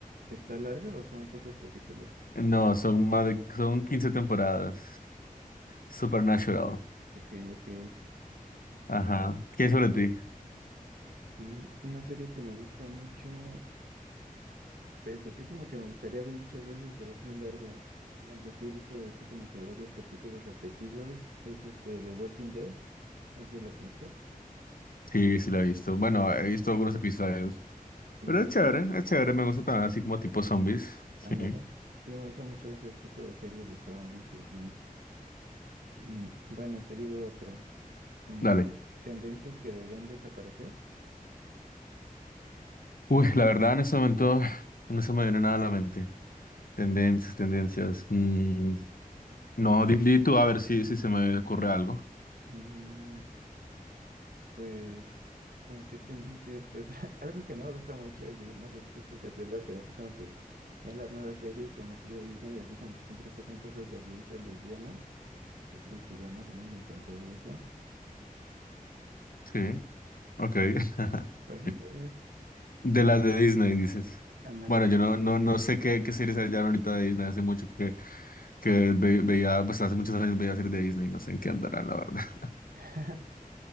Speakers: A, on the right; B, on the left.
A: ¿Está larga o son pocos capítulos?
B: No, son más de, son 15 temporadas. Supernatural.
A: Ok, ok.
B: Ajá. ¿Qué es sobre ti?
A: Mm, Una serie que me gusta mucho. Pues así como que me gustaría ver muchas veces, pero es muy larga. Aunque sí he visto así como que varios capítulos repetidos. Es este The Walking Dead. No sé si la conozcas.
B: Sí, sí la he visto. Bueno, he visto algunos episodios.
A: Y
B: Pero es chévere, es chévere, me gusta también así como tipo zombies. Sí.
A: ándale. Sí, me gusta mucho ese tipo de series de zombies y así. Mm, bueno, te digo otro. Mm,
B: Dale.
A: tendencias que deberían desaparecer.
B: Uy, la verdad en ese momento no se me viene nada a la mente. Tendencias, tendencias. mm, no, di, di tú a ver si, si se me ocurre algo.
A: Mm, Pues, como que tendencia, pues <laughs> algo que no me gusta mucho, así, no sé si tú estás de acuerdo, pero así como que ya las nuevas series como así de Disney, así como que siempre sacan cosas de gays o lesbianas así como que ya más o menos me cansé de eso.
B: Sí, ok. <laughs>
A: Pues sí, tal vez,
B: De las de Disney, dices.
A: ándale.
B: Bueno, yo no, no, no sé qué, qué series hayan ahorita de Disney. Hace mucho que, que ve- veía, pues hace muchos años veía series de Disney. No sé en qué andarán, la verdad. <laughs>
A: <laughs>